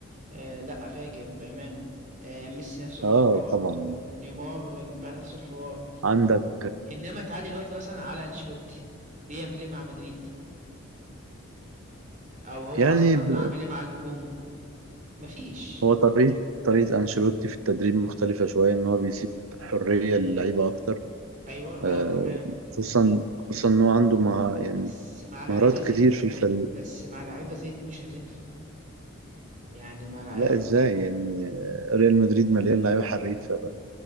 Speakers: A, on the right; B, on the right.
A: آه، لا فاجر بأمانة آه، ميسي نفس الحوار
B: اه طبعا
A: آه، نيمار بقى نفس الحوار
B: عندك
A: انما تعالى دلوقتي مثلا على انشيلوتي بيعمل ايه مع مدريد او هو
B: يعني
A: اصلا
B: ب-
A: عامل ايه مع الهجوم مفيش
B: هو طريقة طريقة أنشيلوتي في التدريب مختلفة شوية إن هو بيسيب حرية للعيبة أكتر
A: ايوه اه
B: آه،
A: تمام
B: خصوصا خصوصا إن هو عنده مه... يعني
A: بس مع لعيبه
B: مهارات
A: زي
B: كتير في الفريق
A: بس مع لعيبه زي دي مش هتنفع يعني مع لعيبه
B: لا إزاي
A: كل
B: يعني آه، ريال مدريد مليان لعيبة حريفة